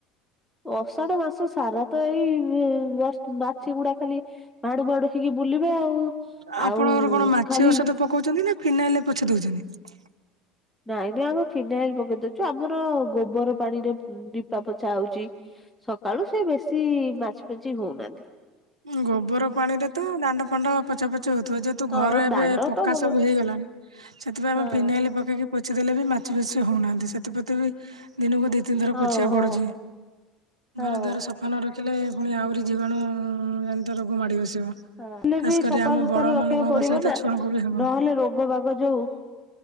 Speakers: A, in the centre; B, on the right (about 80°).
A: ଅଷାଢ ମାସ ସାରା ତ ଏଇ ବ ମାଛି ଗୁଡା ଖାଲି ବାଡୁ ବାଡୁ ହେଇକି ବୁଲିବେ ଆଉ।
B: ଆପଣଙ୍କର
A: ଆଉ
B: କଣ ମାଛି
A: ଖାଲି
B: ଔଷଧ ପକାଉଛନ୍ତି ନା ଫିନାଇଲ ପୋଛି ଦଉଛନ୍ତି।
A: ନାଇଁ ନାଇ ଆମେ ଫିନାଇଲ ପକେଇ ଦେଉଚୁ ଆମର ଗୋବର ପାଣିରେ ଲିପା ପୋଛା ହଉଚି। ସକାଳୁ ସେ ବେଶି ମାଛି ପାଛି ହଉନାହାନ୍ତି।
B: ଗୋବର ପାଣିରେ ତ ଦାଣ୍ଡ ଫାଣ୍ଡ ପୋଛା ପୋଛି ହଉଥିବ। ଯ କିନ୍ତୁ
A: ହଁ
B: ଘର ଏବେ
A: ଦାଣ୍ଡ
B: ପକା
A: ତ ଗୋବର
B: ସବୁ ହେଇଗଲାଣି ସେଥିପାଇଁ
A: ହଁ
B: ଆମେ ଫିନାଇଲ ପକେଇକି ପୋଛି ଦେଲେ ବି ମା କିଛି ବେଶୀ ହଉନାହାଁନ୍ତି ସେଥିପ୍ରତି ବି ଦିନକୁ ଦୁଇ ତିନି ଥର
A: ହଁ
B: ପୋଛିବାକୁ
A: ହଁ।
B: ପଡ଼ୁଛି।
A: ହଁ।
B: ଘର ଦୁଆର ସଫା ନ ରଖିଲେ ପୁଣି ଆହୁରି ଜୀବାଣୁ ଏମି ତ ରୋଗ ମାଡି ବସିବ।
A: ହେଲେ
B: ଖାସ୍
A: ବି
B: କରି
A: ସଫାସୁତୁରା
B: ଆମ ବଡ
A: ରଖିବାକୁ
B: ମାନଙ୍କୁ ହବା
A: ପଡିବ
B: ସହିତ
A: ନା
B: ଛୁଆଙ୍କୁ ବି ହବ
A: ନହେଲେ ରୋଗ ବାଗ ଯୋଉ